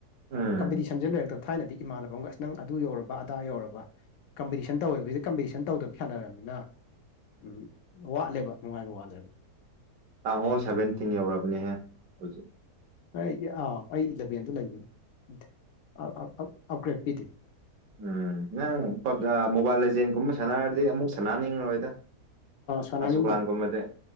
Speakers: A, on the right (about 65°); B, on the left (about 70°).
A: ꯎꯝ
B: ꯀꯝꯄꯤꯇꯤꯁꯟꯖꯦ ꯂꯩꯔꯛꯇꯕ ꯊꯥꯏꯅꯗꯤ ꯏꯃꯥꯟꯅꯕ ꯑꯃꯒ ꯑꯁ ꯅꯪ ꯑꯗꯨ ꯌꯧꯔꯕ ꯑꯗꯥ ꯌꯧꯔꯕ ꯀꯝꯄꯤꯇꯤꯁꯟ ꯇꯧꯋꯦꯕ ꯁꯤꯗ ꯀꯝꯄꯤꯇꯤꯁꯟ ꯇꯧꯗꯕꯤ ꯁꯥꯟꯅꯔꯕꯅꯤꯅ ꯎꯝ ꯋꯥꯠꯂꯦꯕ ꯅꯨꯡꯉꯥꯢꯕ ꯋꯥꯠꯂꯦꯕ
A: ꯇꯥꯃꯣ ꯁꯚꯦꯟꯇꯤꯟ ꯌꯧꯔꯕꯅꯦꯍꯦ ꯍꯧꯖꯤꯛ
B: ꯑꯩꯗꯤ ꯑꯥꯎ ꯑꯩ ꯏꯂꯚꯦꯟꯗ ꯂꯩꯕꯅꯤ ꯑꯥ ꯑꯥ ꯑꯞ ꯑꯞꯒ꯭ꯔꯦꯗ ꯄꯤꯗꯦ
A: ꯎꯝ ꯅꯪ ꯄꯞ ꯖꯥ ꯃꯣꯕꯥꯢꯜ ꯂꯦꯖꯦꯟꯒꯨꯝꯕ ꯁꯥꯟꯅꯔꯗꯤ ꯑꯃꯨꯛ ꯁꯥꯟꯅꯅꯤꯡꯉꯔꯣꯢꯗ
B: ꯁꯥꯟꯅꯅꯤꯡꯗꯦ
A: ꯀ꯭ꯂꯥꯁ ꯑꯣꯐ ꯀ꯭ꯂꯥꯟꯒꯨꯝꯕꯗꯤ